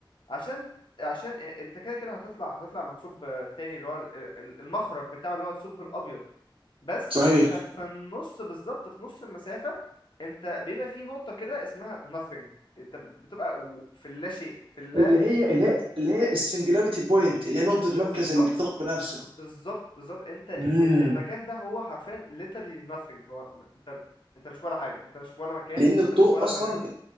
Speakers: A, on the left; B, on the right.
A: عشان عشان إ- انت كده كده هتطلع هتطلع من ثقب تاني اللي هو ال- ال- المخرج بتاعه اللي هو الثقب الابيض بس
B: صحيح
A: انت في النص بالظبط في نص المسافه انت بيبقى في نقطه كده اسمها nothing انت بت- بتبقى و- في اللا شيء في اللا
B: اللي هي اللي هي اللي هي السنجلاريتي بوينت اللي هي نقطة
A: بالظبط
B: مركز الثقب نفسه
A: بالظبط بالظبط انت
B: امم
A: ال- المكان ده هو حرفيا literally nothing هو م- انت انت مش ولا حاجه انت مش في ولا مكان
B: لأن
A: انت
B: الضوء
A: مش في ولا
B: أصلا
A: زمان